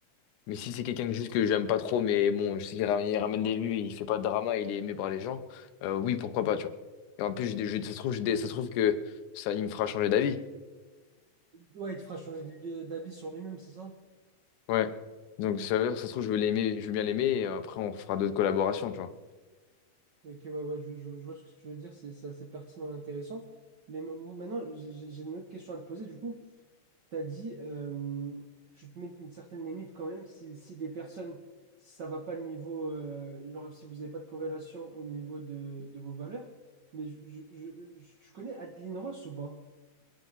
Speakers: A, on the left; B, on the right.
A: Mais si c'est quelqu'un que juste que j'aime pas trop, mais bon, je sais qu'il ra- il ramène des vues, il fait pas de drama, il est aimé par les gens, euh, oui, pourquoi pas, tu vois. Et en plus, je, je- ça se trouve, je, ça se trouve que ça, il me fera changer d'avis.
B: ouais, il te fera changer de- d'avis sur lui-même, c'est ça?
A: Ouais. Donc, ça veut dire que ça se trouve, je vais l'aimer, je vais bien l'aimer, et après, on fera d'autres collaborations, tu vois.
B: Ok, ouais, ouais, je, je- je vois ce que tu veux dire. C'est c'est assez pertinent et intéressant. Mais mo- mo- maintenant, j'ai j'ai- j'ai une autre question à te poser. Du coup. T'as dit, euh, tu te mets une certaine limite quand même si, si les personnes, ça va pas le niveau, euh, genre si vous n'avez pas de corrélation au niveau de, de vos valeurs. Mais je, je, je- je- tu connais Adeline Ross ou pas?